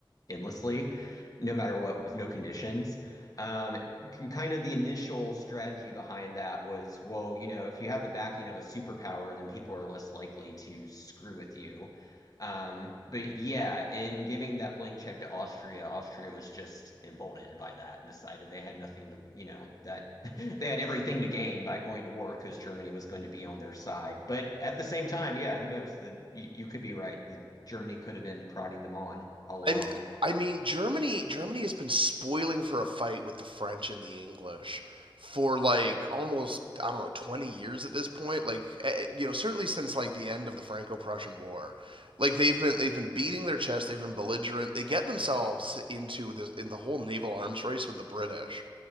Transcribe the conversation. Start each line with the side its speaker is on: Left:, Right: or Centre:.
Left: endlessly, no matter what, with no conditions. Um, k- kind of the initial strategy behind that was, well, you know, if you have the backing of a superpower, then people are less likely to screw with you. Um, but yeah, in giving that blank check to Austria, Austria was just emboldened by that and decided they had nothing to, you know, that <laughs> they had everything to gain by going to war because Germany was going to be on their side. But at the same time, yeah, who knows? The you, you could be right. The Germany could have been prodding them on all along.
Right: I'm. I mean, Germany. Germany has been spoiling for a fight with the French and the English for like almost I don't know twenty years at this point. Like eh, eh, you know, certainly since like the end of the Franco-Prussian War, like they've been they've been beating their chest. They've been belligerent. They get themselves into this in the whole naval arms race with the British,